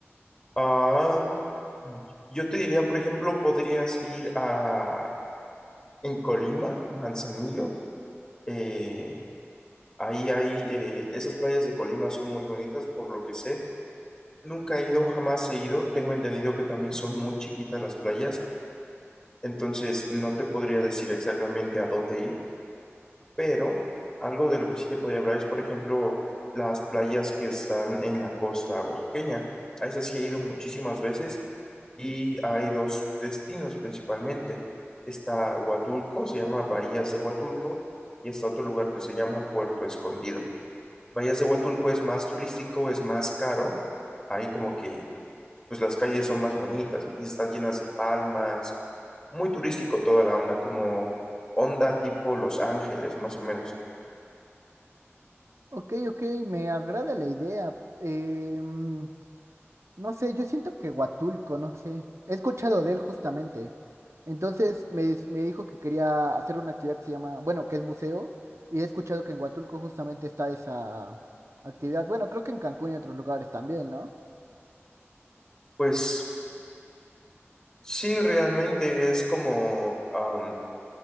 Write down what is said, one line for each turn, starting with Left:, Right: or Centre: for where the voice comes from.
Left: Ah, yo te diría, por ejemplo, podrías ir a en Colima, Manzanillo. eh, ahí hay eh, esas playas de Colima son muy bonitas, por lo que sé. Nunca he ido, jamás he ido. Tengo entendido que también son muy chiquitas las playas, entonces no te podría decir exactamente a dónde ir pero algo de lo que sí te podría hablar es, por ejemplo, las playas que están en la costa oaxaqueña. A esas sí he ido muchísimas veces y hay dos destinos principalmente. Está Huatulco, se llama Bahías de Huatulco, y está otro lugar que se llama Puerto Escondido. Bahías de Huatulco es más turístico, es más caro. Ahí como que, pues las calles son más bonitas, entonces están llenas de palmas. Muy turístico toda la onda, como onda tipo Los Ángeles, más o menos.
Right: Ok, ok, me agrada la idea. Eh, mm, No sé, yo siento que Huatulco, no sé. He escuchado de él justamente. Entonces me, me dijo que quería hacer una actividad que se llama, bueno, que es buceo. Y he escuchado que en Huatulco justamente está esa actividad. Bueno, creo que en Cancún y otros lugares también, ¿no?
Left: Pues sí, realmente es como, am,